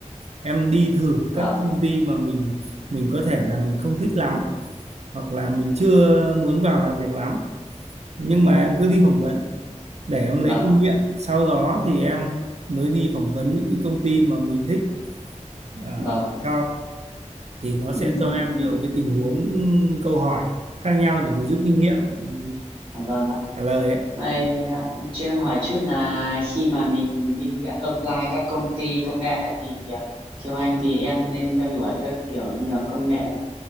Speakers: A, on the right; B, on the right.
A: em đi thử
B: vâng,
A: các công ty mà mình mình có thể là mình không thích lắm hoặc là mình chưa muốn vào làm việc lắm nhưng mà em cứ đi phỏng vấn để em
B: vâng
A: lấy kinh
B: ạ,
A: nghiệm sau đó thì em mới đi phỏng vấn những cái công ty mà mình thích ở
B: vâng.
A: sau thì nó sẽ
B: Ừm,
A: cho em nhiều cái tình huống câu hỏi khác nhau để mình rút kinh nghiệm ừ,
B: vâng ạ.
A: trả lời ấy
B: Vậy, cho em hỏi chút là khi mà mình đi apply các công ty công nghệ thì ờ, theo anh thì em nên theo đuổi các kiểu như là công nghệ